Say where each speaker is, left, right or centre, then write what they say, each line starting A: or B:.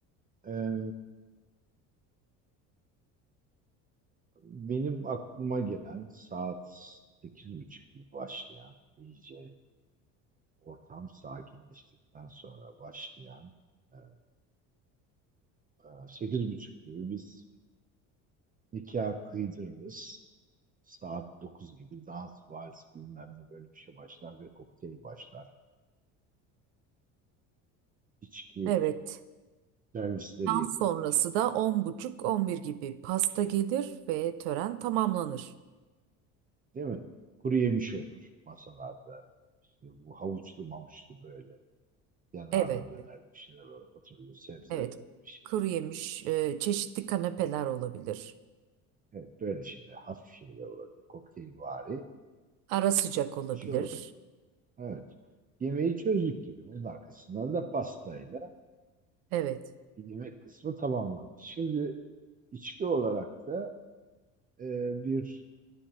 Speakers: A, on the right; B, on the right.
A: eee, benim aklıma gelen saat 8.30 gibi başlayan, iyice ortam sakinleştikten sonra başlayan eee, eee, 8.30 gibi biz nikah kıydırırız. Saat 9 gibi dans, vals bilmem ne böyle bir şey başlar ve kokteyl başlar. İçki
B: Evet.
A: servisleri
B: Dans
A: yapılır.
B: sonrası da on buçuk on bir gibi pasta gelir ve tören tamamlanır.
A: Değil mi? Kuru yemiş olur masalarda. İşte bu havuçlu mamuçlu böyle yanarlı
B: Evet,
A: döner bir şeyler olur. oturuyor. Sebze
B: evet.
A: bir şey.
B: Kuru yemiş, e, çeşitli kanepeler olabilir.
A: Evet böyle şeyler. Hafif şeyler olabilir. Kokteylvari
B: Ara sıcak olabilir.
A: bir şey olur. Evet. Yemeği çözdük gibi. Bunun arkasından da pastayla
B: Evet,
A: yemek kısmı tamamlanır. Şimdi içki olarak da e, bir